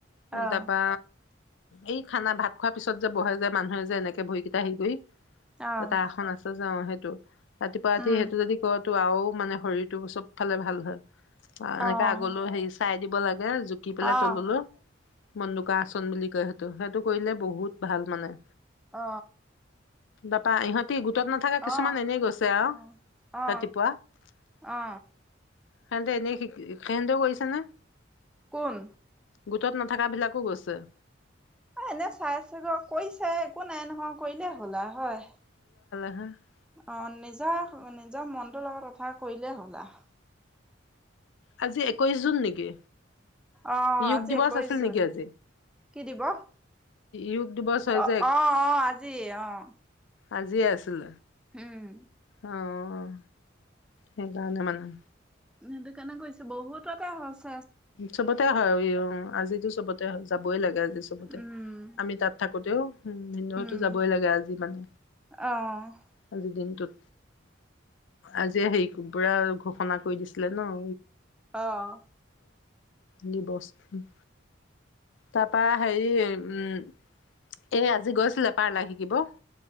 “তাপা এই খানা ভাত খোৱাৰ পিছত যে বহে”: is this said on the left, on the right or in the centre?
Left